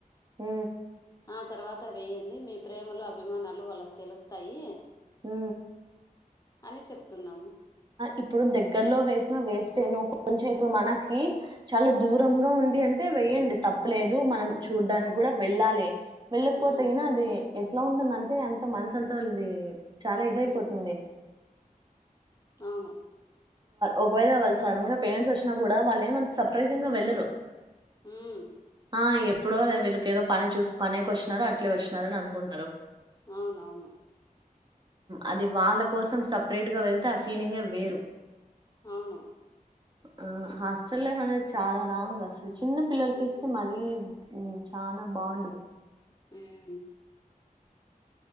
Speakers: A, on the right; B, on the left.
A: హ
B: ఆ తర్వాత వెే్యడి మీ ప్రేమలో అభిమానాలు వాళ్ళకి తెలుస్తాయి
A: హ
B: అని చెప్తున్నాము
A: ఇప్పుడు దగ్గరలో వేసినా వేస్ట్ేనుో కొంచెం ఇప్పుడు మనకి చాలా దూరంగా ఉంది అంటే వెే్యండి తప్పలేదు మనం చూడ్డానికి కూడా వెళ్ళాలి వెళ్ళక పోతే
B: ఉమ్
A: గణ అది ఎట్లా ఉంటుందంటే అంత మనసు అంతా వాళది చాలా ఇదయిపోతుంది
B: ఉమ్ అవును
A: ఒకవేళ వాళ్ళు సడన్గా పేరెంట్స్ వచ్చినా కూడా వాళ్ళేం అంతా సర్ప్రైజింగ్ గా వెళ్ళరు
B: హ్మ్మ్
A: ఆ ఎప్పుడో వీళ్ళకి ఏదో పని చూసి పనేకి వచ్చినారో అట్లే వచ్చినారని అనుకుంటారు
B: అవునవును
A: అది వాళ్ళ కోసం సపరేట్ గా వెళ్తే ఆ ఫీలింగే వేరు
B: అవును
A: ఆ హాస్టెల్ లైఫ్ అనేది చాలా రాంగ్ అసలు చిన్న పిల్లలకి
B: ఉమ్
A: ఇస్తే మరీ చానా బాగుండదు
B: మ్మ్